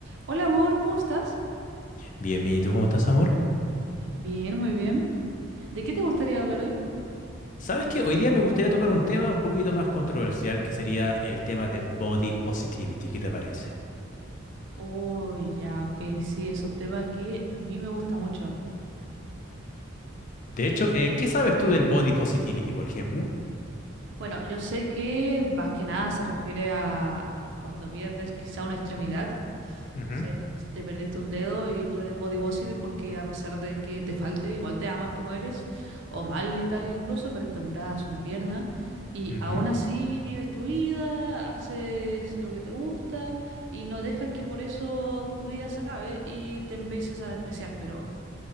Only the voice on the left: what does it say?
Bien, bien, ¿y tú cómo estás, amor?
¿Sabes que Hoy día me gustaría tocar un tema un poquito más controversial, que sería el tema del body positivity. ¿Qué te parece?
De hecho, eh, ¿qué sabes tú del body positivity, por ejemplo?
Ujú,
ujú.